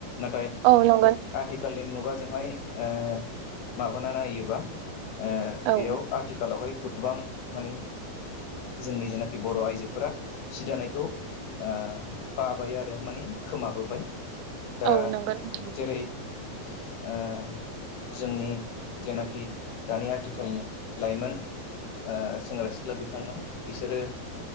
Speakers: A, on the left; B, on the right.
A: नाथाय
B: औ नंगौ
A: आथिखालनि मुगाजोंहाय ओ माबाना नायोबा। ओ
B: औ
A: बेयाव आथिखालावहाय गोबां माने जोंनि जेनाखि बर आइजोफोरा सि दानायखौ ओ बाबाय आरो माने खोमाबोबाय। दा
B: औ नंगौ नोंथां
A: जेरै ओ जोंनि जेनाखि दानि आथिखालनि लाइमोन ओ सेंग्रा सिख्ला बिथांमोन बिसोरो